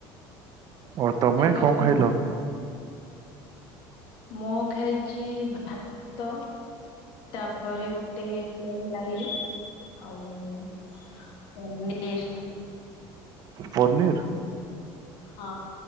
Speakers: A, on the right; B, on the left.
A: ଓ ତମେ
B: ତାଙ୍କ
A: କଣ ଖାଇଲ?
B: ମୁଁ ଖାଇଚି ଭାତ ତାପରେ ଗୋଟେ ପ୍ଲେନ୍ ଡାଲି, ଆଉ ପନୀର୍
A: ପନିର?
B: ହଁ